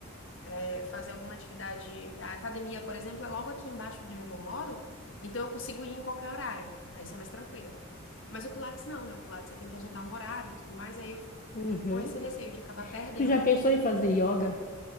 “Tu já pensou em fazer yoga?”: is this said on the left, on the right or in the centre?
Left